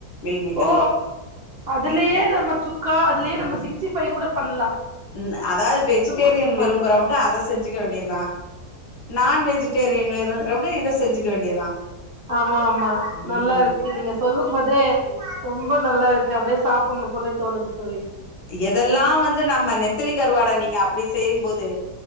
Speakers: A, on the left (about 80°); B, on the right (about 40°).
A: மில் மேக்கர்லயே
B: ஓ அதுலேயே நம்ம சுக்கா அதுலயே நம்ம சி ஸ்ட்டி ஃபைவ் கூட பண்லா
A: ம் அதாவ்து வெஜிடேரியன்
B: சூப்பர் சூப்பர்
A: விரும்புறவங்க அத செஞ்சிக்க வேண்டியதா நான் வெஜிடேரியன் வேணூங்கிறவங்க இத செஞ்சிக்க வேண்டியதா
B: ஆமா ஆமா நல்லாருக்கு
A: ம்
B: நீங்க சொல்லும் போதே ம்போ நல்லாருக்கு அப்டியே சாப்புட்ணும் போல தோணுது தோழி
A: எதல்லா வந்து நம்ம நெத்திலி கருவாட நீங்க அப்டி செய்யும்போது